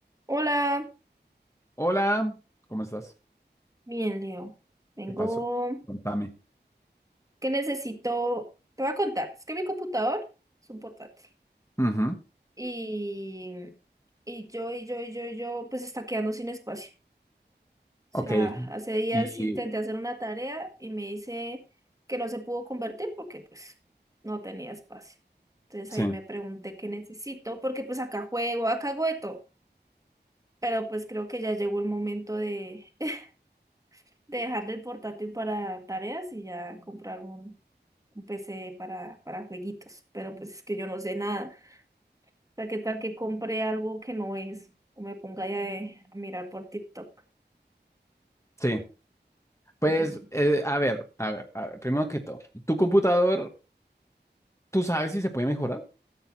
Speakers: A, on the right (about 20°); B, on the left (about 15°).
A: Hola,
B: Hola, ¿cómo estás?
A: bien, Leo. Vengo
B: ¿Qué pasó? Contame.
A: que necesito, te voy a contar, es que mi computador es un portátil
B: Ujú,
A: y, y yo, y yo, y yo, y yo, pues está quedando sin espacio. O
B: Ok.
A: sea, hace días
B: Y
A: intenté hacer una tarea y me dice que no se pudo convertir porque pues no tenía espacio. Entonces
B: sí,
A: ahí me pregunté qué necesito, porque pues acá juego, acá hago de todo, pero pues creo que ya llegó el momento de, <laughs> de dejarle el portátil para tareas y ya comprar uno. un PC para, para jueguitos, pero pues es que yo no sé nada. O sea, ¿qué tal que compre algo que no es? O me ponga ya eh, a mirar por TikTok
B: sí. Pues,
A: de noche.
B: eh, a ver, a ver, a ver, primero que todo, tu computador, ¿tú sabes si se puede mejorar?